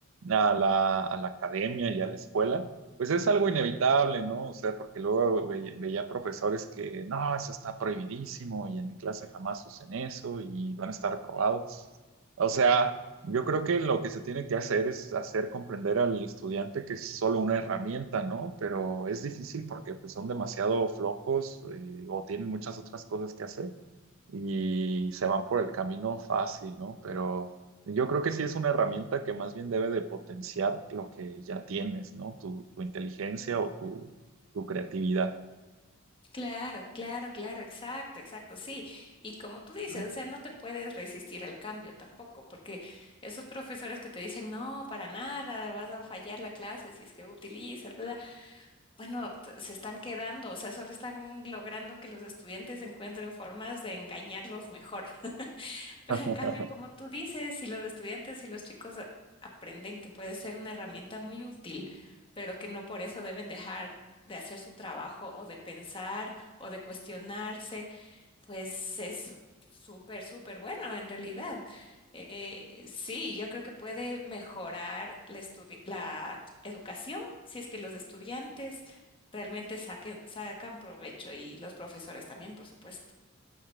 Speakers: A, on the right (about 65°); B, on the left (about 25°).
A: a la, a la academia y a la escuela, pues es algo inevitable, ¿no? O sea, porque luego ve- veía profesores que, no, eso está prohibidísimo y en mi clase jamás usen eso y van a estar reprobados. O sea... Yo creo que lo que se tiene que hacer es hacer comprender al estudiante que es solo una herramienta, ¿no? Pero es difícil porque pues, son demasiado flojos eh, o tienen muchas otras cosas que hacer y se van por el camino fácil, ¿no? Pero yo creo que sí es una herramienta que más bien debe de potenciar lo que ya tienes, ¿no? Tu, tu inteligencia o tu, tu creatividad.
B: Claro, claro, claro, exacto, exacto, sí. Y como tú dices,
A: Ajá.
B: o sea, no te puedes resistir al cambio tampoco, porque esos profesores que te dicen, no, para nada, vas a fallar la clase si es que utilizas, bla, bla", Bueno, t- se están quedando, o sea, solo están logrando que los estudiantes encuentren formas de engañarlos mejor. Pero
A: <laughs>
B: en cambio, como tú dices, si los estudiantes y los chicos a- aprenden que puede ser una herramienta muy útil, pero que no por eso deben dejar de hacer su trabajo o de pensar o de cuestionarse, pues es súper, súper bueno en realidad. Eh, eh, sí, yo creo que puede mejorar la, estudi- la educación si es que los estudiantes realmente saquen, sacan provecho y los profesores también, por supuesto.